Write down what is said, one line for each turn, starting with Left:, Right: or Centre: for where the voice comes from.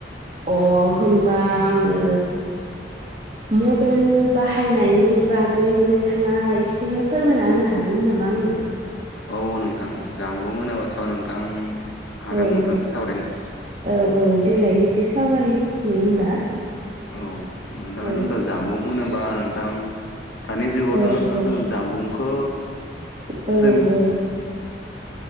Right: अ होमबा आङो मबाइल बाहायनायनि बागै नोंथाङा एसे फोरमायना होनो हा गोन नामा आंनो <unintelligible>
Left: औ नोंथां जामबुं होनोबाथ' नोंथां हागोन
Right: औ
Left: नोंथां सावरायनो
Right: औ-औ देलाय एसे सावरायनि होमबा
Left: औ
Right: <unintelligible>
Left: नोंथाङा जोंथ' जामुं होनोबा नोंथां
Right: <unintelligible>
Left: दानि जुगावथ' नोंथां जों जामबुंखौ
Right: औ-औ
Left: जों